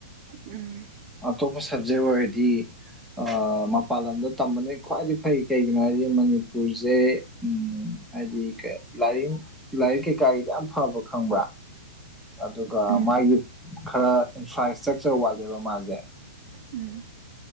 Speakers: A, on the right; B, in the centre.
A: ꯎꯝ
B: ꯑꯇꯣꯞꯄ ꯁꯕꯖꯦꯛ ꯑꯣꯏꯗꯤ ꯑ ꯃꯄꯥꯟ ꯂꯝꯗ ꯇꯝꯕꯅꯦ ꯈ꯭ꯋꯥꯏꯗꯒꯤ ꯐꯩ ꯀꯩꯒꯤꯅꯣ ꯍꯥꯏꯗꯤ ꯃꯅꯤꯄꯨꯔꯁꯦ ꯎꯝ ꯍꯥꯏꯗꯤ ꯂꯥꯏꯔꯤꯛ ꯂꯥꯏꯔꯤꯛ ꯀꯩꯀꯥꯒꯤꯗꯤ ꯌꯥꯝ ꯐꯕ ꯈꯪꯕ꯭ꯔꯥ ꯑꯗꯨꯒ
A: ꯎꯝ
B: ꯃꯥꯒꯤ ꯈꯔ ꯏꯟꯐ꯭ꯔꯥꯏ ꯏꯁꯇ꯭ꯔꯛꯆꯔ ꯋꯥꯠꯂꯦꯕ ꯃꯥꯁꯦ
A: ꯎꯝ